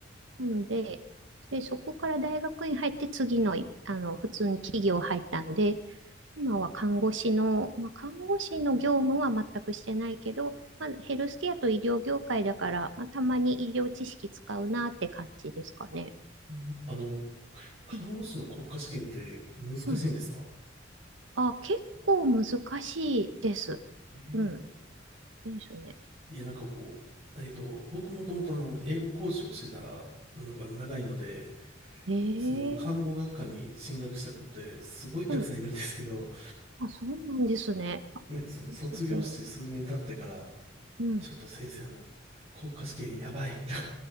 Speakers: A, on the right; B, on the right.
A: なので、で、そこから大学に入って次の、あの、普通に企業入ったんで、今は看護師の、まあ、看護師の業務は全くしてないけど、まあ、ヘルスケアと医療業界だから、まあ、たまに医療知識使うなって感じですかね。
B: うんあの、看護師の国家試験って難しいんですか
A: うん、はい。あ、結構難しいです。
B: ええ
A: うん。ですね。
B: いや、なんかこう、えっと、僕もともとあの、英語講師をしてたのが長いので、
A: ええ
B: その、看護学科に進学した子ってすごいたくさんいるんですけど、
A: うんあ、そうなんですね。あ
B: なんかその、卒業して数年経ってから、
A: すごい。うん。
B: ちょっと先生あの、国家試験やばいと